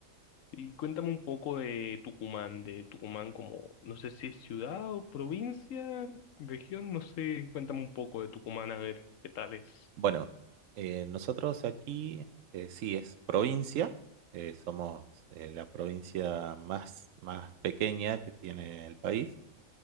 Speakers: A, on the left; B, on the right.
A: Y cuéntame un poco de Tucumán, de Tucumán como, no sé si es ciudad o provincia, región, no sé, cuéntame un poco de Tucumán, a ver, ¿qué tal es?
B: Bueno, eh, nosotros aquí eh, sí es provincia, eh, somos eh, la provincia más, más pequeña que tiene el país,